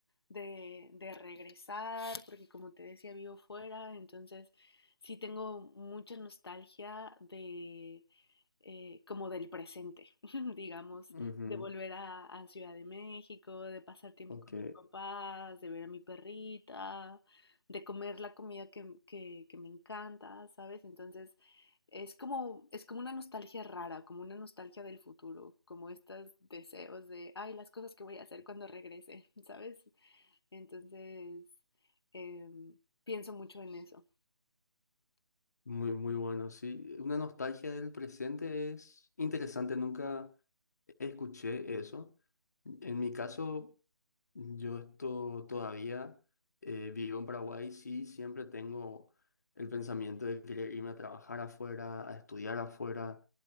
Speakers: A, on the left (about 75°); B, on the left (about 40°).
A: de, de regresar, porque como te decía, vivo fuera, entonces sí tengo mucha nostalgia de eh, como del presente, <laughs> digamos,
B: ujú,
A: de volver a, a Ciudad de México, de pasar tiempo
B: Ok,
A: con mis papás, de ver a mi perrita, de comer la comida que, que- que me encanta, ¿sabes? Entonces es como, es como una nostalgia rara, como una nostalgia del futuro, como estos deseos de, ay, las cosas que voy a hacer cuando regrese, <laughs> ¿sabes? Entonces em, pienso mucho en eso.
B: muy, muy bueno, sí. Una nostalgia del presente es interesante, nunca escuché eso. En mi caso, Yo esto todavía eh, vivo en Paraguay, sí, siempre tengo el pensamiento de querer irme a trabajar afuera, a estudiar afuera,